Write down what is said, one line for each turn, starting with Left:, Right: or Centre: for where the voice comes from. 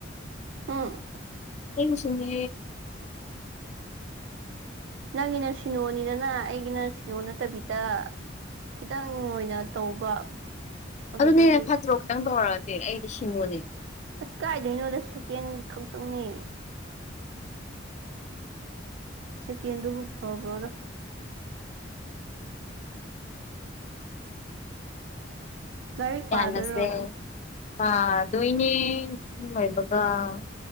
Right: ꯎꯝ
Left: ꯑꯩꯒꯤꯁꯨꯅꯦ
Right: ꯅꯪꯒꯤꯅ ꯁꯤꯅꯣꯅꯤꯗꯅ ꯑꯩꯒꯤꯅ ꯁꯤꯅꯣ ꯅꯠꯇꯕꯤꯗ ꯈꯤꯇꯪ ꯑꯣꯏꯅ ꯇꯧꯕ ꯑꯗꯨꯗꯒꯤ
Left: ꯑꯗꯨꯅꯦꯅꯦ ꯐꯥꯖꯔꯣꯛ ꯈꯤꯇꯪ ꯇꯧꯔꯛꯑꯗꯤ ꯑꯩꯗꯤ ꯁꯤꯉꯣꯅꯦ
Right: ꯑꯁ ꯀꯥꯏꯗꯣꯏꯅꯣꯗ ꯁꯦꯀꯦꯟ ꯈꯛꯇꯪꯅꯦ ꯁꯤ ꯀꯦꯟꯗꯨꯕꯨ ꯐꯕ꯭ꯔꯗ ꯂꯥꯏꯔꯤꯛ
Left: ꯌꯥꯅꯁꯦ
Right: ꯄꯥꯗꯣꯏꯔꯣ
Left: ꯑꯗꯨꯣꯏꯅꯦ ꯄꯥꯗꫭꯏꯅꯦ ꯑꯁꯤ ꯂꫭꯏꯕꯒ